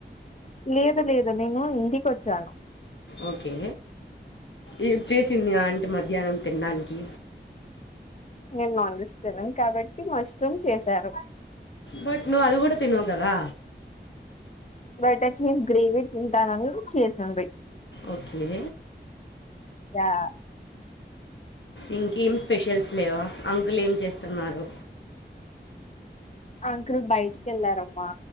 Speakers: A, on the left; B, on the left.
A: లేదు లేదు నేను ఇంటికి వచ్చాను
B: ఓకే ఏం చేసింది ఆంటి మధ్యాహ్నం తినడానికి
A: నేను నాన్ వెజ్ తినను కాబట్టి మష్ రూం చేశారు
B: బట్ నువ్ అది కూడా తినవు కదా
A: బటర్ చీజ్ గ్రేవీ తింటానని చేసింది
B: ఓకే
A: <unintelligible>
B: ఇంకేం స్పెషల్స్ లేవా అంకుల్ ఏం చేస్తున్నారు
A: అంకుల్ బయటికి వెళ్ళారమ్మా